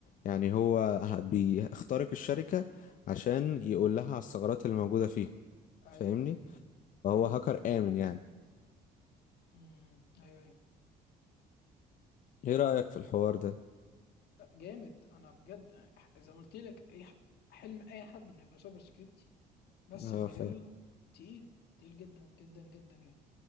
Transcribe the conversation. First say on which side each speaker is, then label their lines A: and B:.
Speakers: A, on the left; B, on the left.
A: يعني هو ه- بيخترق الشركة عشان يقول لها على الثغرات اللي موجودة فيها
B: ايوه
A: فاهمني
B: ايوه فاهم
A: فهو هاكر آمن يعني
B: أمم، ايوه ايوه
A: ايه رأيك في الحوار ده
B: لا جامد انا بجد آه، زي ما قلت لك اي ح- حلم اي حد انه يبقى سايبر سكيورتي بس
A: اه
B: المجال
A: فاهم
B: تقيل تقيل جدا جدا جدا يعني